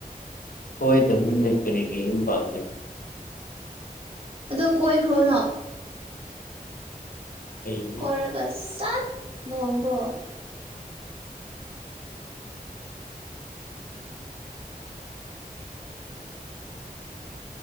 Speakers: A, on the left; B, on the right.
A: ꯁꯣꯏꯗꯕꯅꯤꯅꯦ ꯀꯔꯤꯒꯤ ꯌꯨꯝ ꯄꯥꯟ
B: ꯑꯗꯣ ꯀꯣꯏꯈ꯭ꯔꯣ ꯅꯪ
A: ꯑꯩꯗꯤ
B: ꯀꯣꯏꯔꯒ ꯁꯠ ꯂꯣꯡꯈ꯭ꯔꯣ